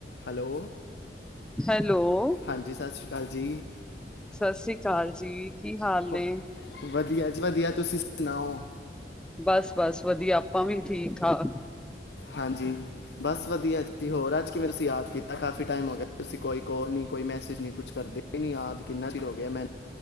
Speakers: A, on the left; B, in the centre.
A: Hello,
B: hello,
A: ਹਾਂਜੀ ਸਤਿ ਸ਼੍ਰੀ ਅਕਾਲ ਜੀ
B: ਸਸ ਰੀ ਕਾਲ ਜੀ। ਕੀ ਹਾਲ ਨੇ?
A: ਹੋ- ਵਧੀਆ ਜੀ-ਵਧੀਆ, ਤੁਸੀਂ ਸੁਣਾਓ।
B: ਬਸ -ਬਸ ਵਧੀਆ, ਆਪਾਂ ਵੀ ਠੀਕ- ਠਾਕ।
A: ਹਾਂਜੀ ਬਸ ਵਧੀਆ ਜੀ, ਹੋਰ ਅੱਜ ਤੁਸੀਂ ਕਿਵੇਂ ਯਾਦ ਕੀਤਾ, ਕਾਫੀ ਟੈਮ ਹੋ ਗਿਆ ਤੁਸੀਂ ਕੋਈ ਕੌਲ ਨੀ, ਕੋਈ ਮੈਸੇਜ ਨੀ ਕੁਛ ਕਰਦੇ। ਨਹੀਂ ਯਾਦ, ਕਿੰਨਾ ਚਿਰ ਹੋ ਗਿਆ ਮੈਨ